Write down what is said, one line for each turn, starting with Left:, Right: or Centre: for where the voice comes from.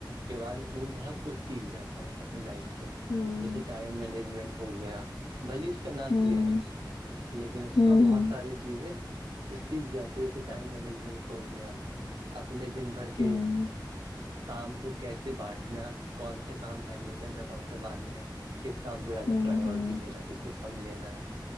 Right: کے بعد وہ بہت کچھ سیکھ جاتا ہے اپنی لائف پ
Left: ہوں
Right: جیسے ٹائم مینجمنٹ ہو گیا بھلی اس کا نام
Left: ہوں
Right: کلیئر ہو لیکن اس
Left: ہوں
Right: کا بہت
Left: ہوں
Right: ساری چیزیں وہ سیکھ جاتا جیسے ٹائم مینجمنٹ ہو گیا اپنے دن بھر کے
Left: ہوں
Right: کام کو کیسے بانٹنا کون سا کام پہلے کرنا کون سا بعد میں کس کام کو زیادہ
Left: ہوں
Right: پرائیورٹی دینا ہے کس کو کم دینا ہے